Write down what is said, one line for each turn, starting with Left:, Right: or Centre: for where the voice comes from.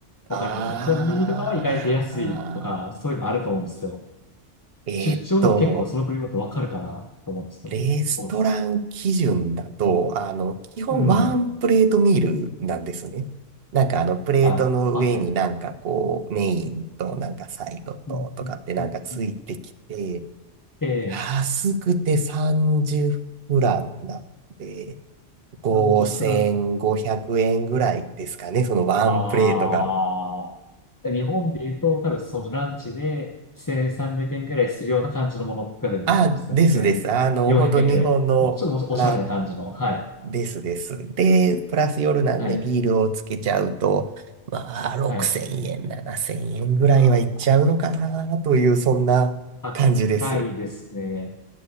Left: お金とかも、
Right: ああ、
Left: コンビニとかは意外と安いとか、そういうのあると思うんですよ。
Right: えーっと、
Left: 出張でも結構その国ごとわかるかなと思うんですけど、
Right: レストラン基準だと、
Left: どうですか
Right: あの、基本ワンプレートミールなんですね。
Left: うん。
Right: なんかあの、プレートの上になんかこう、
Left: あの、あ、はい。
Right: メインとなんかサイドととかってなんかついてきて、
Left: うん。うんうんうんええ、
Right: 安くて30フランなんで、5500円ぐらいですかね、
Left: なんじゅうフラン。
Right: そのワンプレートが。
Left: ああ。で日本で言うと、多分そのランチで1300円ぐらいするような感じのものが出てる感じですかね。
Right: あ、ですです。
Left: 1400円ぐらい。
Right: あの、本当日本のラン
Left: もうちょっとおしゃれな感じの。はい。
Right: ですです。で、プラス夜なんでビールをつけちゃうと、
Left: はい。
Right: まあ、6000円、
Left: はい。
Right: 7000円ぐらいはいっちゃうのかなという、
Left: あ
Right: そんな感じです。
Left: ー、高いですね。